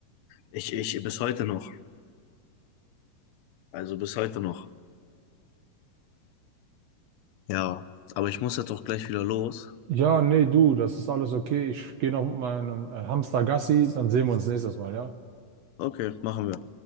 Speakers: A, on the left; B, on the right.
A: Ich, ich, bis heute noch. Also bis heute noch. Ja, aber ich muss jetzt auch gleich wieder los.
B: Ja, nee, du, das ist alles okay. Ich gehe noch mit meinem äh, Hamster Gassi, dann sehen wir uns nächstes Mal, ja?
A: Okay, machen wir.